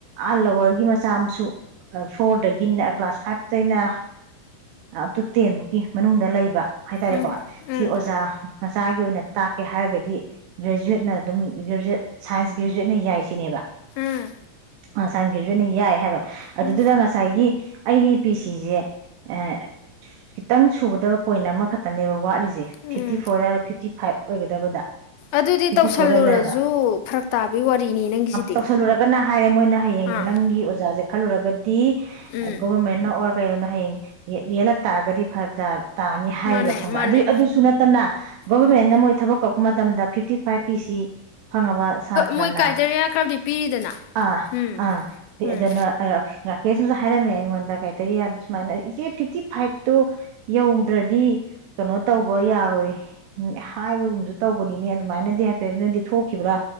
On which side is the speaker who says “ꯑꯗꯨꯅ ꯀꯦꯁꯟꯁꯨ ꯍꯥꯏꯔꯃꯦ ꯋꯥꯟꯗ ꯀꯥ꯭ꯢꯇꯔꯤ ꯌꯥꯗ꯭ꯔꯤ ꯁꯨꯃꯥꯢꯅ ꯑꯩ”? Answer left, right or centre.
Right